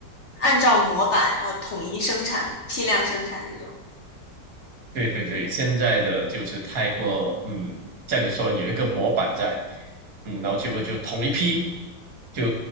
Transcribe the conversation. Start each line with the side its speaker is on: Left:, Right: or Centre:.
Left: 按照模板，然后统一生产、批量生产这种，
Right: 对对对，现在的就是太过，嗯，像你说有一个模板在，嗯，然后结果就同一批，就